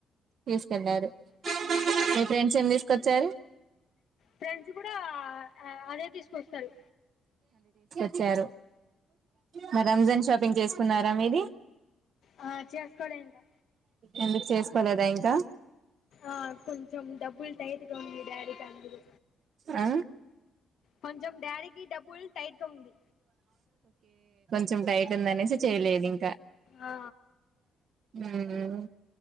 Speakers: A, on the right (about 60°); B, on the left (about 65°).
A: తీసుకెళ్లారు
B: హ్మ్మ్ వాటర్
A: మీ ఫ్రెండ్స్ ఏం తీసుకొచ్చారు
B: ఫ్రెండ్స్ కూడా అదే తీసుకొస్తారు
A: చ్చారు మరి రంజన్ షాపింగ్ చేసుకున్నారా మీది
B: ఆ, చేసుకోలే ఇంకా
A: ఎందుకు చేసుకోలేదా ఇంకా
B: ఆ కొంచం డబ్బులు టైట్ గా ఉంది డాడీ తో అందుక్
A: ఆ
B: కొంచెం డాడీ కి డబ్బులు టైట్గా ఉంది
A: చామ్ టైట్ ఉంది అనేసి చేయలేదు ఇంకా
B: ఆ,
A: ఉమ్